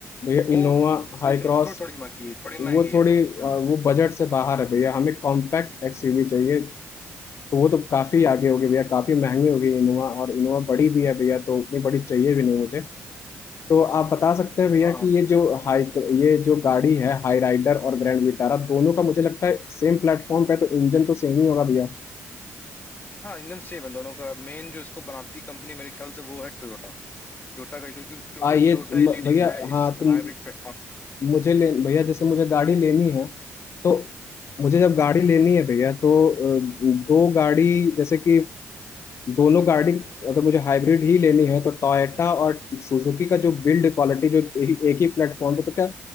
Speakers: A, on the left (about 50°); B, on the left (about 35°).
A: भैया
B: वो
A: इनोवा हाई
B: थोड़ी सी
A: क्रॉस
B: थोड़ी थोड़ी महंगी थोड़ी महंगी
A: वो थोड़ी
B: है वो हम्म
A: आ, वो बजट से बाहर है भैया हमें कॉम्पैक्ट एक्सयूवी चाहिए तो वो तो काफ़ी आगे होगी भैया काफ़ी महंगी होगी इनोवा और इनोवा बड़ी भी है भैया तो उतनी बड़ी चाहिए भी नहीं मुझे तो आप बता सकते हैं भैया
B: हाँ
A: कि ये जो हाई ये जो गाड़ी है हाई राइडर और ग्रैंड विटारा दोनों का मुझे लगता है सेम प्लेटफॉर्म पे है, तो इंजन तो सेम ही होगा भैया
B: हाँ इंजन सेम है दोनों का मेन जो इसको बनाती है कंपनी मेरे ख्याल से वो है टोयोटा टोयोटा का क्योंकि क्योंकि
A: आ ये
B: टोयोटा
A: म-
B: ही लीडिंग
A: भैया
B: है इस
A: हाँ तुम
B: हाइब्रिड पे
A: मुझे ले भैया जैसे मुझे गाड़ी लेनी है तो मुझे जब गाड़ी
B: हाँ
A: लेनी है भैया तो अ, दो गाड़ी जैसे कि दोनों गाड़ी अगर मुझे हाइब्रिड ही लेनी है तो टोयोटा और सुजुकी का जो बिल्ड क्वालिटी जो ए, एक ही प्लेटफॉर्म पे तो क्या